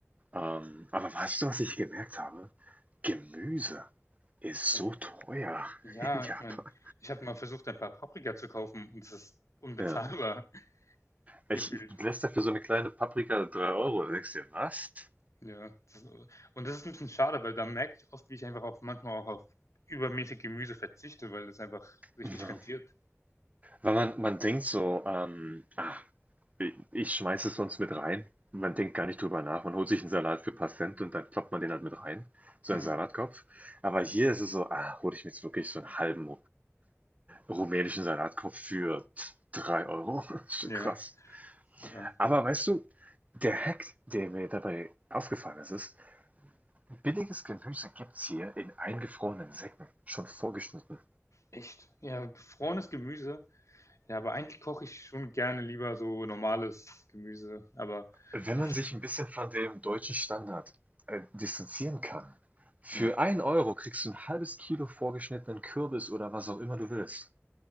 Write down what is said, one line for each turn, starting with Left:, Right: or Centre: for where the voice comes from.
Right: Ähm, aber weißt du, was ich gemerkt habe? Gemüse ist
Left: Ja,
Right: so teuer
Left: Ja,
Right: <laughs> in Japan.
Left: ich meine, ich habe mal versucht, ein paar Paprika zu kaufen und es ist unbezahlbar
Right: Ja.
Left: <laughs>
Right: Ich,
Left: gefühlt.
Right: ich du lässt dafür so eine kleine Paprika 3 Euro. Da denkst du dir, was?
Left: Ja, das, und das ist ein bisschen schade, weil da merke ich oft, wie ich einfach auch manchmal auch auf übermäßig Gemüse verzichte, weil das einfach sich
Right: Ja.
Left: nicht rentiert.
Right: Weil man, man denkt so, ähm, ah, Ich schmeiße es sonst mit rein. Man denkt gar nicht drüber nach. Man holt sich einen Salat für ein paar Cent und dann kloppt man den halt mit rein. So
Left: Mhm.
Right: einen Salatkopf. Aber hier ist es so, ah, hole ich mir jetzt wirklich so einen halben rumänischen Salatkopf für drei Euro. <laughs> Das ist schon
Left: Ja,
Right: krass.
Left: ja.
Right: Aber weißt du, der Hack, der mir dabei aufgefallen ist, ist, billiges Gemüse gibt's hier in eingefrorenen Säcken, schon vorgeschnitten.
Left: Echt? Ja, gefrorenes Gemüse. Ja, aber eigentlich koche ich schon gerne lieber so normales Gemüse, aber
Right: Wenn
Left: ja,
Right: man
Left: v
Right: sich ein bisschen von dem deutschen Standard, äh, distanzieren kann. Für
Left: hm,
Right: 1 Euro kriegst du ein halbes Kilo vorgeschnittenen Kürbis oder was auch immer du willst.